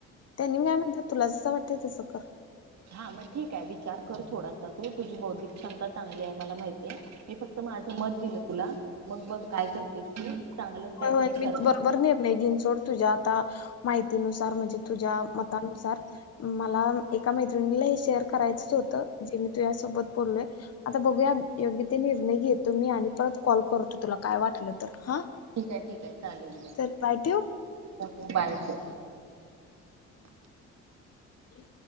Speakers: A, on the left; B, on the right.
A: त्यांनी मी काय म्हणतात तुला जसं वाटतं तसं कर
B: हा मग ठीक आहे विचार कर थोडासा तू तुझी बौद्धिक क्षमता चांगली आहे मला माहितीये मी फक्त माझं मत दिलं तुला मग बघ काय करतेस तू चांगलंच काहीतरी
A: हो होय मी
B: ठरव
A: बरोबर निर्णय घेन सोड तुझ्या आता माहि म्हणजे तुझ्या मतानुसार मला एका शेअर करायच होत जे मी तू या सोबत बोललोय आता बघूया यो निर्य ेतो मी आणि परत कॉल करतो तुला काय वाटलं तर हा
B: ठीक आहे ठीक आहे चालेल
A: चल बाय ठेवू.
B: हो बाय ठे
A: ह